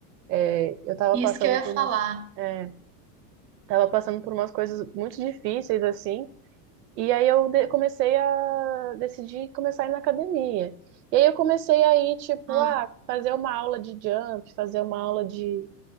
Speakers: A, on the right; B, on the right.
A: É, eu tava
B: isso
A: passando
B: que eu ia
A: por,
B: falar.
A: um- é, tava passando por umas coisas muito difíceis, assim, e aí eu de- comecei a decidir começar a ir na academia. E aí eu comecei a ir, tipo,
B: Ah.
A: ah, fazer uma aula de jump, fazer uma aula de